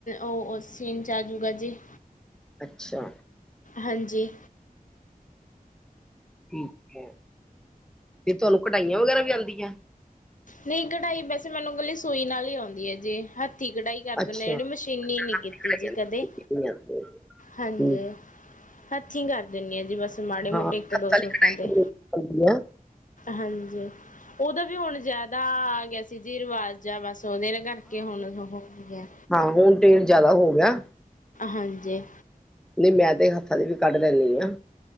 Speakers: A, on the left (about 55°); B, in the centre.
A: ਉਹ ਸੀਣ 'ਚ ਆ ਜੂਗਾ ਜੇ।
B: ਅੱਛਾ।
A: ਹਾਂਜੀ।
B: ਠੀਕ ਹੈ ਫੇਰ ਤੁਹਾਨੂੰ ਕਢਾਈਆ ਵਗੈਰਾ ਵੀ ਆਉਂਦੀਆਂ ਹੈ।
A: ਨਹੀਂ ਕਢਾਈ ਵੈਸੇ ਮੈਨੂੰ ਇੱਕਲੀ ਸੂਈ ਨਾਲ ਹੀ ਆਉਂਦੀ ਹੈ ਜੀ, ਹੱਥੀਂ ਕਢਾਈ। ਕਰ ਦਿੰਦੇ
B: ਅੱਛਾ
A: ਆ ਜਿਹੜੀ ਮਸ਼ੀਨੀ ਨੀ ਕੀਤੀ
B: ਕਢਾਈਆਂ
A: ਜੀ
B: ਨਹੀਂ
A: ਕਦੇ,
B: ਆਉਂਦੀਆਂ
A: ਹਾਂਜੀ।
B: ਠੀਕ
A: ਹੱਥੀਂ ਕਰ ਦਿੰਦੀ ਆ ਜੀ ਬਸ ਮਾੜੀ-
B: ਹਾਂ
A: ਮੋਟੇ ਇੱਕ
B: ਹੱਥਾਂ
A: ਦੋ
B: ਦੀ
A: ਸੂਟਾਂ
B: ਕਢਾਈ
A: ਤੇ।
B: ਆਉਂਦੀ ਆ
A: ਹਾਂਜੀ ਉਹਦਾ ਵੀ ਹੁਣ ਜ਼ਿਆਦਾ ਆ ਗਿਆ ਸੀ, ਜੀ ਰਿਵਾਜ਼। ਜਾਂ ਬਸ ਉਹਦੇ ਨਾਲ ਕਰਕੇ ਹੁਣ ਉਹੋ ਹੋ ਗਿਆ।
B: ਹਾਂ ਹੁਣ ਤੇਲ ਜਿਆਦਾ ਹੋ ਗਿਆ।
A: ਹਾਂਜੀ।
B: ਨਹੀਂ ਮੈਂ ਤੇ ਹੱਥਾਂ ਤੇ ਵੀ ਕੱਢ ਲੈਂਦੀ ਆਂ।